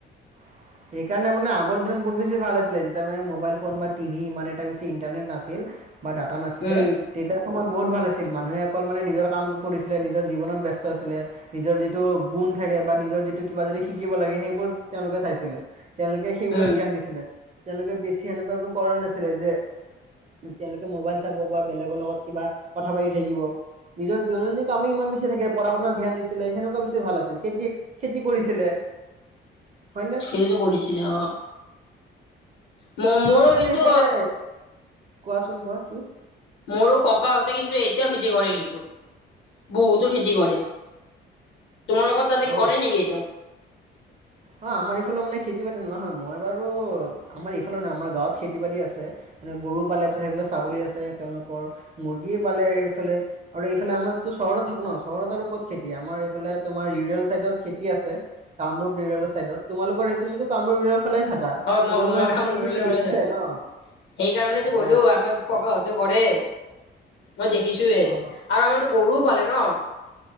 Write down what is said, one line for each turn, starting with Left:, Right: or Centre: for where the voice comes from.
Right: <unintelligible> এইকাৰণে মানে আগৰ দিনত বহুত বেছ ভাল আছিলে, যেতিয়া মানে মোবাইল ফোন বা টিভি ইমান এটা বেছি ইণ্টাৰনেট নাছিল। বা ডাটা নাছিলে
Left: উম
Right: তেতিয়া সময়ত বহুত ভাল আছিল। মানুহে অকল মানে নিজৰ কাম কৰিছিলে নিজৰ জীৱনত ব্যস্ত আছিলে, নিজৰ যিটো গুণ থাক- কে বা নিজৰ যিটো কিবা যদি শিকিব লাগে সেইবোৰ তেওঁলোকে চাইছিলে। তেওঁলোকে সেইবোৰত
Left: উম
Right: ধ্যান দিছিলে। তেওঁলোকে বেছি এনেকুৱা একো কৰা নাছিলে যে, তেওঁলোকে মোবাইল চাব বা বেলেগৰ লগত কিবা কথা পাতি থাকিব। নিজৰ দৈনন্দিন কামেই ইমান বেছি থাকে পঢ়া সুনাত ধ্যান দিছিলে। সেনেকুৱা বেছি ভাল আছিল, খেতি খেতি কৰিছিলে। হয়নে
Left: খেতিতো কৰিছিলে অ। ম
Right: তোমালোকে
Left: মোৰো
Right: এনেই
Left: কিন্তু
Right: সেইফালে কোৱাচোন কোৱা কি।
Left: মোৰো ককাহঁতে কিন্তু এতিয়াও খেতি কৰে কিন্তু। বহুতো খেতি কৰে। তোমাৰ লোকৰ তাতে
Right: অ',
Left: কৰে নেকি এতিয়াও?
Right: অ আমাৰ ইফালেও মানে খেতি বাতি নহোৱা হয়। মই বাৰু আমাৰ ইফালে নহয় আমাৰ গাঁৱত খেতি বাতি আছে। মান গৰু পালে সেইফিলে ছাগলী আছে, তেওঁলোকৰ মুৰ্গীয়ে পালে এইফালে আৰু এইফালে আমাৰতো চহৰত থাকো ন, চহৰত আৰু ক'ত খেতি, আমাৰ এইফালে তোমাৰ ৰুৰেল চাইডত খেতি আছে। কামৰূপ ৰুৰেল চাইডত। তোমালোকৰ এই তুমিতো কামৰূ বিলৰ ফালে থাকা,
Left: হয় মই
Right: তোমালোকৰ
Left: মই গাঁও ৰুৰেলৰ
Right: খেতি
Left: ফালে
Right: দেখিছাই
Left: থাকো।
Right: ন?
Left: সেইকাৰণেতো কলো
Right: অ',
Left: আমাৰ ককাহতে কৰে। মই দেখিছোয়ে আৰু
Right: অ',
Left: আমাৰতো গৰুও পালে ন।